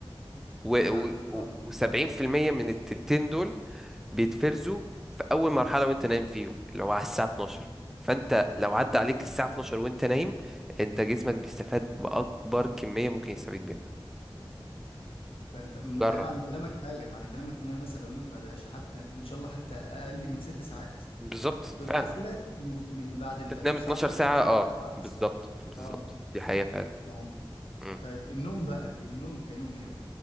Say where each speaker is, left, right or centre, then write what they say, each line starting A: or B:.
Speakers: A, in the centre; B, on the left.
A: و70%
B: فهمتك اه
A: من التلتين دول بيتفرزوا في اول مرحله وانت نايم فيهم اللي هو على الساعه 12
B: مم.
A: فانت لو عدى عليك الساعه 12 وانت نايم انت جسمك بيستفاد باكبر كميه ممكن يستفيد بيها
B: فانت م-
A: جرب
B: ده معنى كلامك حاجه معنى كلامك ان انا مثلا لو نمت بعد العشاء حتى ان شاء الله حتى اقل من ست ساعات
A: بالظبط فعلا
B: دول احلى من من بعد
A: انت
B: ال-
A: تنام
B: الساعه
A: 12
B: 12
A: ساعة
B: مثلا
A: اه
B: لو نمت 10
A: بالظبط
B: ساعات
A: بالظبط
B: اه
A: دي حقيقة فعلا
B: فهمت
A: مم.
B: طيب النوم بقى النوم كنوم يعني